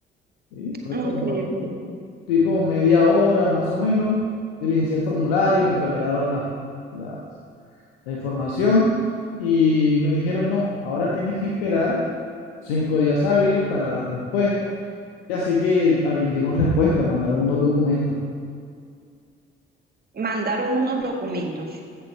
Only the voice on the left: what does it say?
¿sí? Fue
como
tipo media hora más o menos, diligencié el formulario mientras me daban la- las la información y me dijeron, no, ahora tienes que esperar cinco días hábiles para dar respuesta. Y así que ahí dieron respuesta, mandaron unos documentos,